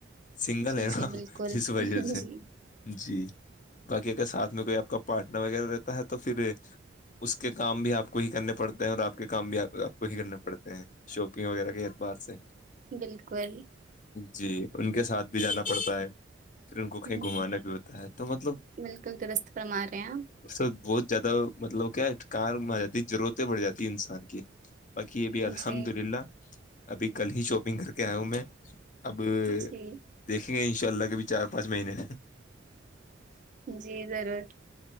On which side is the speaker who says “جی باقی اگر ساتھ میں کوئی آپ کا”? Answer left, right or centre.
Left